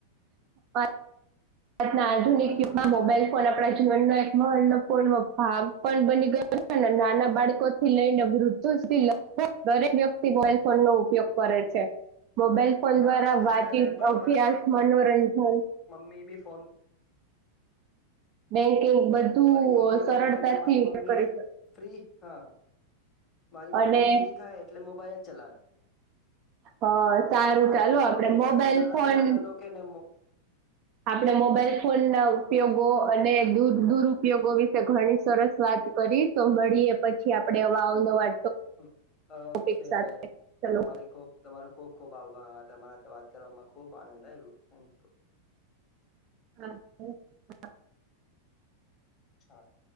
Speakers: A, on the right; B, on the left.
A: <inaudible> ત ના આધુનિક
B: બોલો ને
A: યુગમાં
B: બોલો ની
A: મોબાઈલ
B: છા
A: ફોન આપણા જીવનનો એક મહનોપૂર્ણ ભાગ બની ગયો નાના બાળકો થી લઈને વૃદ્ધો સુધી લગભગ દરેક વ્યક્તિ મોબાઈલ ફોન ઉપયોગ કરે છે. મોબાઈલ ફોન
B: હા
A: દ્વારા વાચીત
B: આજના ટાઈમ પર
A: અભ્યાસ મનોરંજન
B: મે બી ફોન.
A: બેંકિંગ બધું
B: મારી મમ્મી
A: સરળતાથી
B: તમે જો એટલે મારી
A: ઉપયોગ
B: મમ્મી
A: કરી શકે
B: ફ્રી. હા મારી
A: અને
B: મમ્મી ફ્રી થાય એટલે મોબાઈલ જ ચલાવે
A: હ સારું
B: આજના
A: ચાલો
B: ટાઈમ
A: આપડે
B: પર મોટાથી
A: મોબાઈલ
B: નાનાથી
A: ફોન.
B: નાના લોકોને
A: આપણે મોબાઈલ ફોન ના ઉપયોગો અને દૂર દુરુપયોગો વિશે ઘણી સરસ વાત કરી. તો મળીએ પછી આપડે અવા અવનવા
B: હમ, ઓકે.
A: ટોપિક સાથે ચલો
B: તમારી ખુબ તમારુ ખુબ ખુબ આભાર. તમારા હાથે વાત કરવામાં ખુબ આનંદ આયવુ. Thank you.
A: હા <unintelligible>
B: છાટ <unintelligible>